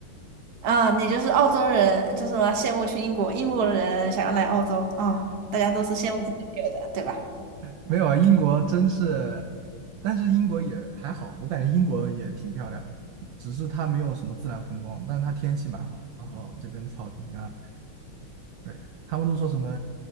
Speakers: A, on the right; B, on the right.
A: 啊，你就是澳洲人，就是说羡慕去英国，英国人想要来澳洲啊，大家都是羡慕自己没有的，对吧？
B: 没有啊，英国真是，但是英国也还好，我感觉英国也挺漂亮的，只是它没有什么自然风光，但是它天气蛮好，然后这边草坪啊，对，他们都说什么